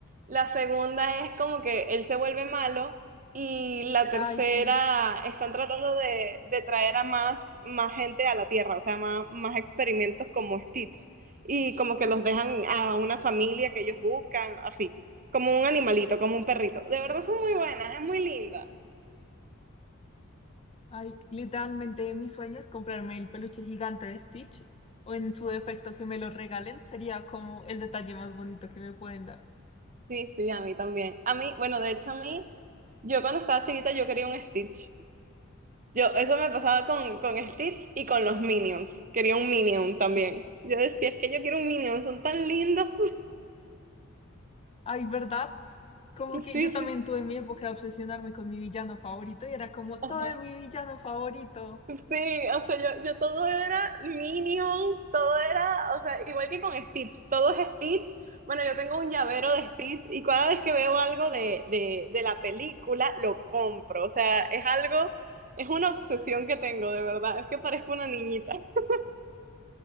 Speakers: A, on the right (about 40°); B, on the left (about 30°).
A: la segunda es como que él se vuelve malo y la
B: Ay,
A: tercera
B: sí.
A: están tratando de, de traer a más, más gente a la Tierra, o sea, más, más experimentos como Stitch. Y como que los dejan a una familia que ellos buscan, así, como un animalito, como un perrito. De verdad son muy buenas, es muy linda.
B: Ay, literalmente mi sueño es comprarme el peluche gigante de Stitch o en su defecto que me lo regalen. Sería como el detalle más bonito que me pueden dar.
A: Sí, sí, a mí también. A mí, bueno, de hecho a mí, yo cuando estaba chiquita yo quería un Stitch. Yo, eso me pasaba con, con Stitch y con los Minions. Quería un Minion también.
B: Sí.
A: Yo decía, es que yo quiero un Minion, son tan lindos. <laughs>
B: Ay, ¿verdad? Como
A: Sí,
B: que
A: sí.
B: yo también
A: sí.
B: tuve mi época de obsesionarme con mi villano favorito y era como
A: Ajá.
B: todo de mi villano favorito.
A: Sí, o sea, yo, yo todo era Minions, todo era, o sea, igual que con Stitch, todo es Stitch. Bueno, yo tengo un llavero de Stitch y cada vez que veo algo de, de, de la película, lo compro. O sea, es algo, es una obsesión que tengo, de verdad. Es que parezco una niñita. <laughs>